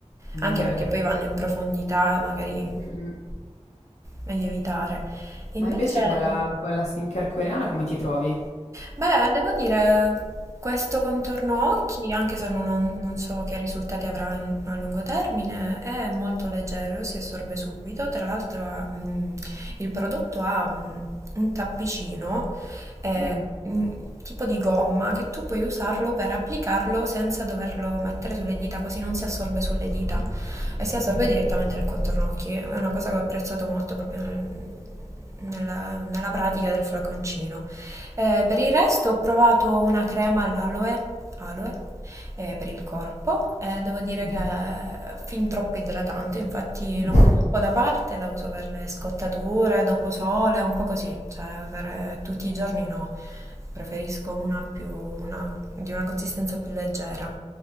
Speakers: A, on the left; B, on the right.
A: È Vero.
B: Anche perché poi vanno in profondità e magari
A: Mm, mm.
B: meglio evitare. Invece.
A: Ma invece con la, con la skincare coreana come ti trovi?
B: Beh, devo dire, questo contorno occhi, anche se non, non- non so che risultati avrà in- a lungo termine, è molto leggero, si assorbe subito. Tra l'altro, ha, mm, il prodotto ha mm, un tappicino, eh,
A: Mm.
B: mm, tipo di gomma, che tu puoi usarlo per applicarlo senza doverlo mettere sulle dita, così non si assorbe sulle dita
A: Mm.
B: e si assorbe
A: Mhm,
B: direttamente nel contorno occhi. È una cosa che ho apprezzato molto proprio nel- nella nella pratica del flaconcino. Eh, per il resto ho provato una crema all'aloe, aloe, eh, per il corpo. Eh, devo dire
A: mhm.
B: che è fin troppo idratante, infatti l'ho
A: <laughs>
B: messa un po' da parte, la uso per le scottature, dopo sole, un po' così, cioè per eh, tutti i giorni no. Preferisco una più una- di una consistenza più leggera.